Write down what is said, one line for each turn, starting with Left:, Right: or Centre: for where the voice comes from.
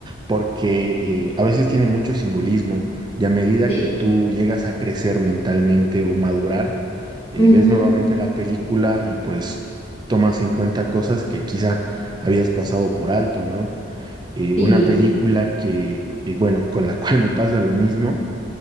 Right: Porque eh, a veces tiene mucho simbolismo y a medida
Left: Sí.
Right: que tú llegas a crecer mentalmente o madurar, eh,
Left: Ujú,
Right: ves nuevamente la película y pues tomas en cuenta cosas que quizá habías pasado por alto, ¿no? Eh,
Left: Sí.
Right: una película que, eh, bueno, con la <laughs> cual me pasa lo mismo,